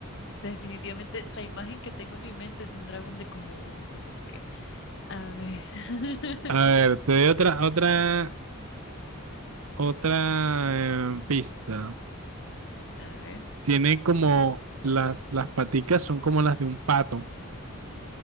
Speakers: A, on the left (about 55°); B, on the right (about 85°).
A: definitivamente la imagen que tengo en mi mente es un dragón de Komodo, no sé por qué. A ver, <laughs>
B: A ver, te doy otra, otra, otra eh, pista.
A: a ver,
B: Tiene como las, las paticas son como las de un pato.